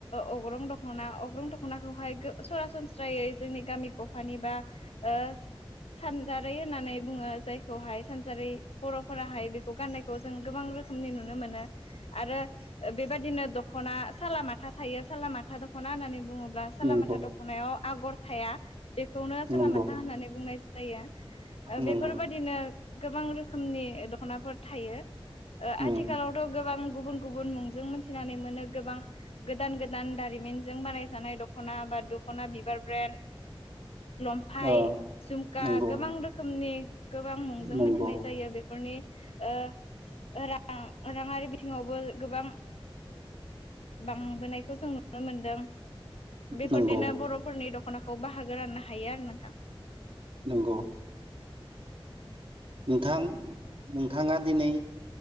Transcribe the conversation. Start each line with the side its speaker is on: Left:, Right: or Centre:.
Left: अग्रं दख'ना अग्रं दख'नाखौहाय सरासनस्रा सरासनस्रायै जोंनि गामि गफानि बा ओ सानजारै होननानै बुङो। जायखौहाय सानजारि बर'फोराहाय बेखौ गाननायखौ जों गोबां रोखोमनि नुनो मोनो आरो बेबायदिनो दख'ना सालालामाथा थायो सालालामाथा दख'ना होननानै बुङोब्ला
Right: नंगौ
Left: सालालामाथा दख'नायाव आगर थाया बेखौनो सालालामाथा
Right: नंगौ
Left: होननानै बुंनाय जायो। ओ
Right: नंगौ।
Left: बेफोरबायदिनो गोबां रोखोमनि दख'नाफोर थायो
Right: उम
Left: आथिखालावथ' गोबां गुबुन गुबुन मुंजों मिथिनानै मोनो गोबां गोदान गोदान दारिमिनजों बानायजानाय दख'ना बा दख'ना बिबार ब्रेन। लंफाय
Right: ओ
Left: जुमखा
Right: नंगौ
Left: गोबां रोखोणमनि गोबां मुंजों
Right: नंगौ
Left: मिथिनाय जायो बेफोरनि ओ रां राङारि बिथिङावबो गोबां बांबोनायखौ जों नुनो मोनदों बेफोरदिनो
Right: नंगौ
Left: बर'फोरनि दख खनाखौ बाहागो राननो हायो आरो नोंथां।
Right: नोंगौ नोंथां नोंथाङा दिनै